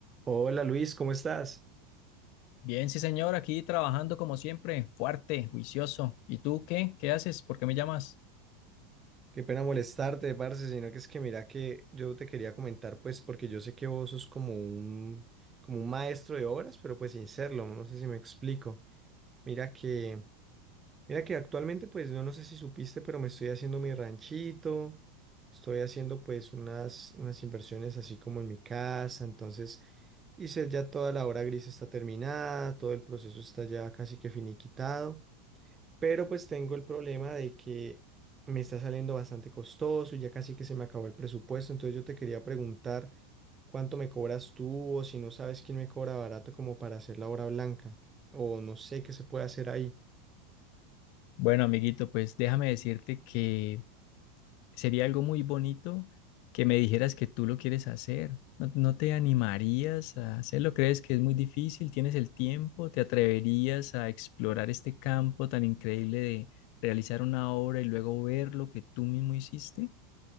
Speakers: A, on the right; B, on the left.
A: Hola Luis, ¿cómo estás?
B: Bien, sí, señor, aquí trabajando como siempre, fuerte, juicioso. ¿Y tú qué? ¿Qué haces? ¿Por qué me llamas?
A: Qué pena molestarte, parce, sino que es que mira que yo te quería comentar, pues, porque yo sé que vos sos como un, como un maestro de obras, pero pues sin serlo, no sé si me explico. Mira que, mira que actualmente, pues, no, no sé si supiste, pero me estoy haciendo mi ranchito, estoy haciendo pues unas, unas inversiones así como en mi casa, entonces hice ya toda la obra gris está terminada, todo el proceso está ya casi que finiquitado. Pero pues tengo el problema de que me está saliendo bastante costoso y ya casi que se me acabó el presupuesto. Entonces yo te quería preguntar cuánto me cobras tú o si no sabes quién me cobra barato como para hacer la obra blanca o no sé qué se puede hacer ahí.
B: Bueno, amiguito, pues déjame decirte que sería algo muy bonito que me dijeras que tú lo quieres hacer. ¿No, no te animarías a hacerlo? ¿Crees que es muy difícil? ¿Tienes el tiempo? ¿Te atreverías a explorar este campo tan increíble de realizar una obra y luego ver lo que tú mismo hiciste?